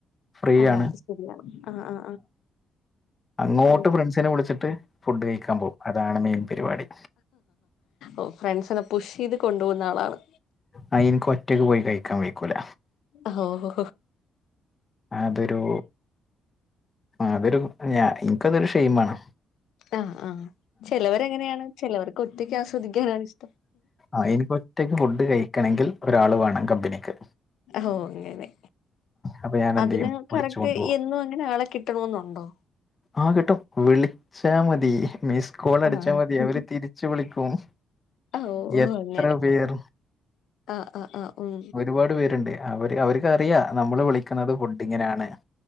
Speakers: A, on the left; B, on the left.
A: ഫ്രീ
B: ആഹ്
A: ആണ്
B: അത് ശരിയാണ് ആ ആ
A: അങ്ങോട്ട്
B: ആ
A: ഫ്രണ്ട്സിനെ വിളിച്ചിട്ട് ഫുഡ് കഴിക്കാൻ പോകും അതാണ് മെയിൻ പരിപാടി
B: ഓ ഫ്രണ്ട്സിനെ പുഷ് ചെയ്ത് കൊണ്ട് പോകുന്ന ആളാണ്
A: ആഹ് എനിക്ക് ഒറ്റയ്ക്ക് പോയി കഴിക്കാൻ കഴിക്കൂല
B: ഓഹ്
A: അതൊരു ആഹ് അതൊരു ഞാൻ എനിക്കതൊരു ഷെയിം ആണ്
B: ആഹ് ആഹ് ചിലവര് അങ്ങനെയാണ് ചിലവർക്ക് ഒറ്റക്ക് ആസ്വദിക്കാനാണ് ഇ
A: ആഹ് എനിക്ക് ഒറ്റക്ക് ഫുഡ് കഴിക്കണമെങ്കിൽ ഒരാള് വേണം കമ്പനിക്ക്
B: ഓ അങ്ങനെ
A: അപ്പൊ ഞാൻ എന്ത്
B: അതിന്
A: ചെയ്യും വിളിച്ചു
B: കറക്റ്റ്
A: കൊണ്ടുപോകും
B: എന്നും അങ്ങനെ ആളെ കിട്ടണോന്നുണ്ടോ
A: ആഹ് കിട്ടും വിളിച്ചാൽ മതി മിസ് കോൾ അടിച്ചാൽ
B: ആഹ്
A: മതി അവര് തിരിച്ച് വിളിക്കും
B: ഓ
A: എത്ര
B: അങ്ങനെ
A: പേർ
B: ആഹ് ആഹ് ആഹ് ഉം
A: ഒരുപാട് പേരുണ്ട് അവര് അവർക്കറിയാം നമ്മള് വിളി ക്കണത് ഫുഡിങ്ങിനാണ്